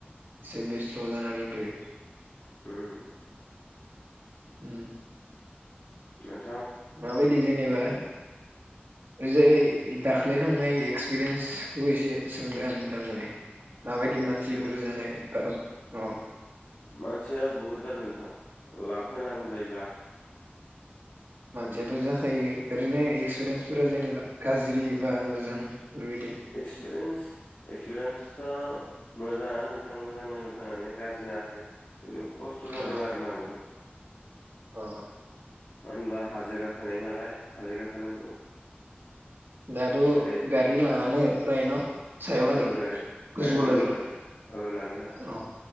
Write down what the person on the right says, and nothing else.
एसे बेस्त जा दंथयो
ओम
माबायदि जेनबा ओजोयै दाख्लै थांनाय एक्सपिरियेन्सखौ एसे सोंदों आं थारमाने माबायदि
मानसिफोर जानाय बा अ
मानसियाथ जाखायो
ओरैनो एक्सपिरियेन्सफोरा
जेनेबा गाज्रि बा मोजां बेफोरबायदि
अ
अ
दाथ
गारि लाङानो प्राय न सायाव लागै
गोजौआव
लागै
अ